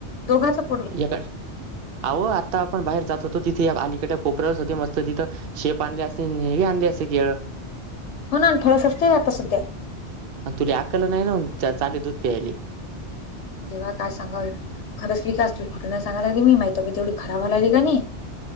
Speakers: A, on the left; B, on the right.
A: दोघाच प
B: यका, आहो आता आपण बाहेर जात होतो तिथे अलीकड कोपऱ्यावरच होते मस्त तिथं शेप आणली असती नी, हे ही आणले असते केळ.
A: हो ना अन फळ सस्ते रहाता सध्या.
B: अन तुले आकलं नाही ना, चाले दूध प्यायले.
A: देवा, काय सांगाव, खरंच विक असतील खुठं नाय सांगाय लागली मी माझी तब्बेत एवढी खराब व्हाय लागली क नयी